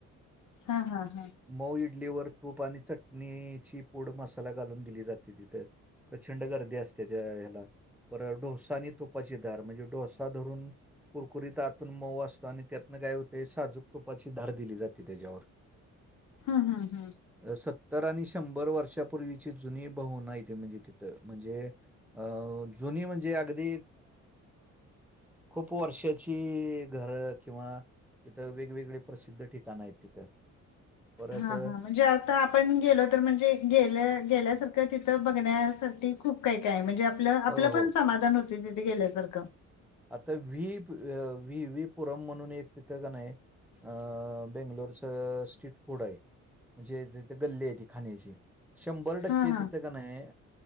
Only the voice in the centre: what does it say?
मऊ इडलीवर तूप आणि चटणीची पोड मसाला घालून दिली जाते तिथं. प्रचंड गर्दी असते त्या ह्याला परत डोसा आणि तुपाची धार म्हणजे डोसा धरून कुरकुरीत आतून मऊ असतो आणि त्यात न काय होते साजूप तुपाची धार दिली जाते त्याच्यावर
अ, सत्तर आणि शंभर वर्षापूर्वीची जुनी बहु नाही आहे ते म्हणजे तिथ म्हणजे, अ जुनी म्हणजे अगदी, खूप वर्षाची घरं किंवा, तिथं वेगवेगळे प्रसिद्ध ठिकाणं आहेत तिथं परत
अ
हो
हो.
आता व्ही व्ही व्ही पुरम म्हणून एक तिथं काणय अ बेंगलोरचं स्ट्रीट फूड आहे म्हणजे तिथ गल्ली आहे ती खाण्याची शंभर टक्के
तिथं क नाही